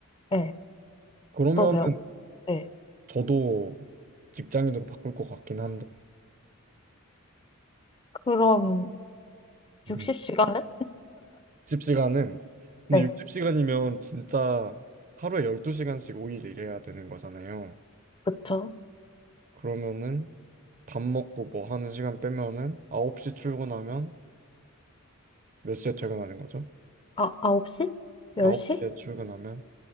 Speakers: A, on the left; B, on the right.
A: 네.
B: 그러면은
A: 어떠세요? 네.
B: 저도 직장인으로 바꿀 것 같긴 한데.
A: 그럼
B: 음.
A: 60시간은?
B: 60시간은 근데
A: 네.
B: 60시간이면 진짜 하루에 12시간씩 5일 일해야 되는 거잖아요.
A: 그쵸.
B: 그러면은 밥 먹고 뭐 하는 시간 빼면은 9시 출근하면 몇 시에 퇴근하는 거죠?
A: 아, 홉시 열시
B: 9시에 출근하면